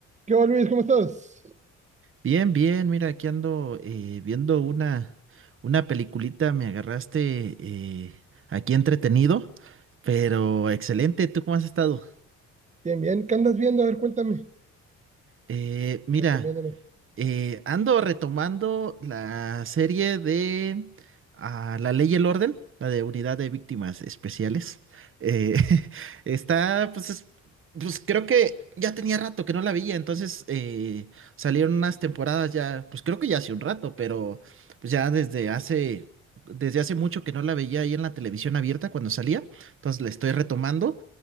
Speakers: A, on the right; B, on the right.
A: ¿Qué onda, Luis? ¿Cómo estás?
B: Bien, bien, mira, aquí ando eh, viendo una, una peliculita, me agarraste eh, aquí entretenido, pero excelente, ¿tú cómo has estado?
A: Bien, bien. ¿Qué andas viendo? A ver, cuéntame.
B: Eh, mira,
A: Recomiéndame.
B: Eh, ando retomando la serie de ah, La Ley y el Orden, la de Unidad de Víctimas Especiales. Eh, <laughs> está, pues, es- pues creo que ya tenía rato que no la veía, entonces eh, salieron unas temporadas ya, pues creo que ya hace un rato, pero pues, ya desde hace, desde hace mucho que no la veía ahí en la televisión abierta cuando salía, entonces la estoy retomando.